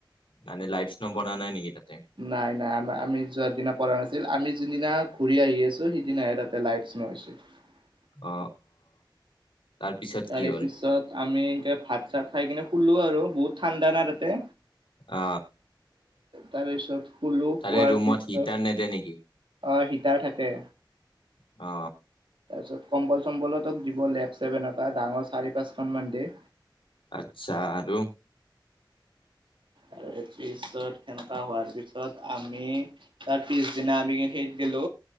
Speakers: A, on the left (about 85°); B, on the right (about 75°).
A: মানে লাইফ্ বনোৱা নাই নেকি তাত।
B: নাই নাই আমাৰ আমি যোৱাৰ দিনা পৰা নাছিল। আমি- যোনদিনা ঘূৰি আহি আছোঁ সেইদিনা <unintelligible>
A: অ অ। তাৰপিছত
B: তাৰে
A: কি হ'ল?
B: পিছত আমি এনকে ভাত চাত খাই কিনে হুলোঁ আৰু বহুত ঠাণ্ডা না তাতে।
A: অ।
B: তাৰে চব হোলো
A: তাৰে
B: হোৱাৰ
A: ৰুমত
B: পিছত
A: হিটাৰ নেদে নেকি?
B: আ- সিতাৰ থাকে।
A: অ।
B: তাৰপিছত কম্বল চম্বলতক দিব লেফ্ট ছেভেন এটা ডাঙৰ চাৰি পাঁচখনমান দে।
A: আচ্ছা আৰু।
B: আৰু পিছত সেনেকা হোৱাৰ পিছত আমি তাৰ পিছদিনা আমি সেই- গেলো